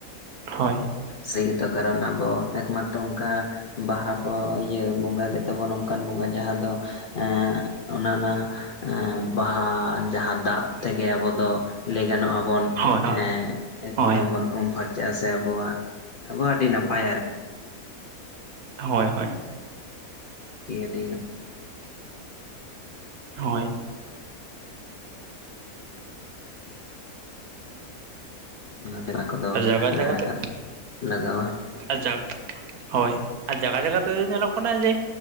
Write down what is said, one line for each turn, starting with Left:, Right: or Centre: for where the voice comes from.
Right: ᱦᱳᱭ᱾
Left: ᱥᱮ ᱜᱮᱛᱚ ᱠᱟᱨᱚᱱ ᱟᱵᱚ ᱮᱠᱢᱟᱛᱨᱚ ᱚᱱᱠᱟ᱾ ᱵᱟᱦᱟ ᱯᱮ ᱤᱭᱟ. ᱵᱚᱸᱜᱟ ᱜᱮ ᱛᱟᱵᱚ ᱱᱚᱝᱠᱟᱱ ᱵᱚᱸᱜᱟ ᱡᱟᱦᱟ ᱫᱚ ᱮᱸᱻ ᱚᱱᱟ ᱚᱱᱟ ᱢᱟ ᱵᱟᱦᱟ ᱡᱟᱦᱟ ᱫᱟᱜ ᱛᱮᱜᱮ ᱟᱵᱚ ᱫᱚ ᱞᱟᱹᱭ ᱜᱟᱱᱚᱜ ᱟᱵᱚᱱ᱾
Right: ᱦᱳᱭ ᱦᱳᱭ
Left: ᱮᱸᱻ ᱮᱠᱫᱚᱢ
Right: ᱦᱳᱭ
Left: ᱵᱚᱱ ᱩᱢ ᱯᱷᱟᱨᱪᱟᱜ-ᱟ ᱥᱮ ᱟᱵᱚᱣᱟᱜ ᱟᱵᱚᱣᱟᱜ ᱟᱹᱰᱤ ᱱᱟᱯᱟᱭ ᱟᱨ
Right: ᱦᱳᱭ, ᱦᱳᱭ᱾
Left: ᱪᱤᱭᱟᱹ ᱫᱤᱱ
Right: ᱦᱳᱭ᱾
Left: ᱱᱚᱛᱮᱱᱟᱜ ᱠᱚᱫᱚ
Right: ᱟᱨ ᱡᱟᱭᱜᱟ
Left: ᱮᱸᱻ
Right: ᱡᱟᱭᱜᱟ ᱛᱮ
Left: ᱞᱟᱜᱟᱣᱟ᱾
Right: ᱟᱨ ᱡᱟᱠ ᱦᱳᱭ ᱟᱨ ᱡᱟᱭᱜᱟ, ᱡᱟᱭᱜᱟ ᱛᱮᱫᱚ ᱧᱮᱞᱚᱜ ᱠᱟᱱᱟ᱾ ᱡᱮ